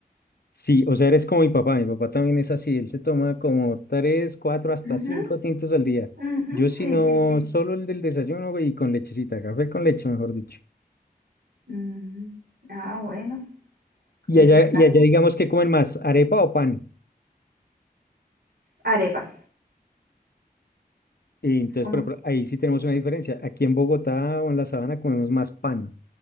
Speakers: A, on the left; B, on the right.
A: Sí, o sea, eres como mi papá, mi papá también es así, él se toma como tres, cuatro, hasta
B: Ujú,
A: cinco tintos al día.
B: ujú,
A: Yo si
B: Sí,
A: no,
B: sí, sí.
A: solo el del desayuno, güey, y con lechecita, café con leche, mejor dicho.
B: Mm, ah, bueno,
A: Y
B: eso
A: allá,
B: está
A: y allá
B: bien.
A: digamos que comen más, arepa o pan.
B: Arepa.
A: Y entonces,
B: Son-
A: por ejemplo, ahí sí tenemos una diferencia. Aquí en Bogotá o en la sabana comemos más pan.